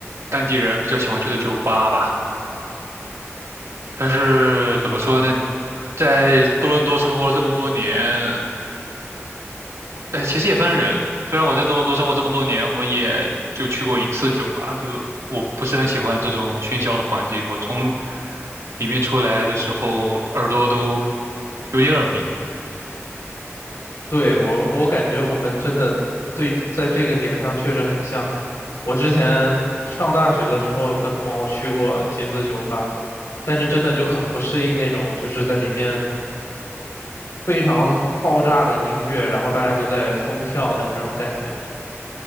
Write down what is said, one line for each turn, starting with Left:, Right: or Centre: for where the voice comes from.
Right: 当地人比较喜欢去的酒吧吧。但是怎么说呢，在多伦多生活了这么多年，哎，其实也分人。虽然我在多伦多生活这么多年，我也就去过一次酒吧，就我不是很喜欢这种喧嚣的环境。我从里面出来的时候，耳朵都有点耳鸣。
Left: 对，我，我感觉我们真的对在这个点上确实很像。我之前上大学的时候跟朋友去过几次酒吧，但是真的就很不适应那种就是在里面非常爆炸的音乐，然后大家都在疯跳的那种感觉。